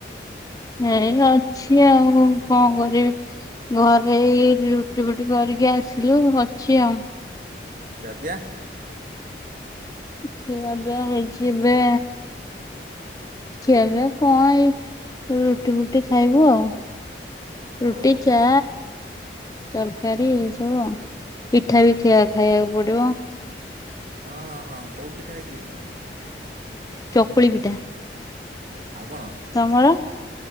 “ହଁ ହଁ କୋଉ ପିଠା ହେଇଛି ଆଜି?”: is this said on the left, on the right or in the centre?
Right